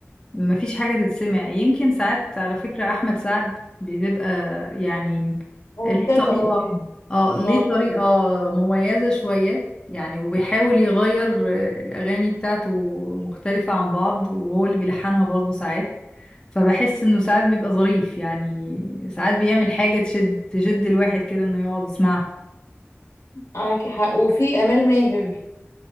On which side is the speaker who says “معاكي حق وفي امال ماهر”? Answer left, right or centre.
Left